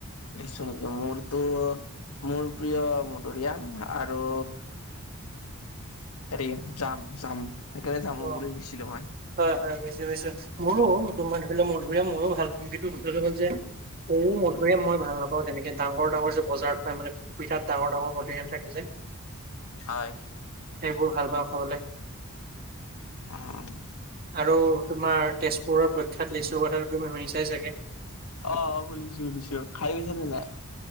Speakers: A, on the left; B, on the right.
A: নিশ্চয় মোৰতো মোৰ প্ৰিয় মধুৰিআম আৰু হেৰি যাম যাম সেইকাৰণে যামৰ
B: অ'।
A: পোলি ৰুইছিলো মই।
B: হয় হয় বুজি পাইছোঁ মোৰো তোমাৰ ধৰি লও মধুৰি আম মোৰো ভাল পাও কিন্তু কথাটো হ'ল যে সৰু মধুৰি আম মই ভাল নাপাওঁ তেনেকে ডাঙৰ ডাঙৰ যে বজাৰত পাই মানে পিঠাত ডাঙৰ ডাঙৰ মধুৰিআম থাকে যে,
A: হয়।
B: সেইবোৰ ভাল পাওঁ খাবলে।
A: উম।
B: আৰু তোমাৰ তেজপুৰৰ প্ৰখ্যাত লিছু কথাটো তুমি শুনিছাই চাগে।
A: অ অ শুলিছো শুনিছোঁ খাই পাইছা নে নাই?